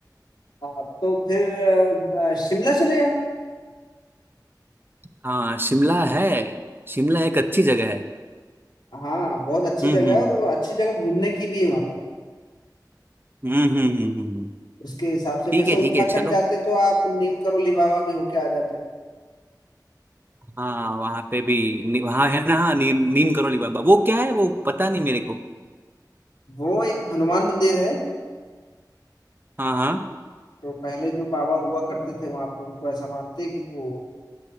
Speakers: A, on the left (about 85°); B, on the right (about 30°).
A: हाँ, तो फिर अ, शिमला चले जाओ
B: हाँ शिमला है शिमला एक अच्छी जगह है
A: हाँ बहुत अच्छी
B: हम्म
A: जगह
B: हम्म
A: है और वो अच्छी जगह घूमने की भी है वहाँ पर
B: हम्म हम्म हम्म हम्म, हम्म। हम्म।
A: उसके हिसाब से वैसे
B: ठीक है
A: उत्तराखंड
B: ठीक है चलो
A: जाते तो आप नीम करोली बाबा भी होके आ जाते
B: हाँ वहाँ पे भी नी- वहाँ है ना हाँ नीम नीम करोली बाबा वो क्या है वो पता नहीं मेरे को
A: वो एक हनुमान मंदिर है
B: हाँ हाँ
A: तो पहले जो बाबा हुआ करते थे वहां पे उनको ऐसा मानते हैं कि वो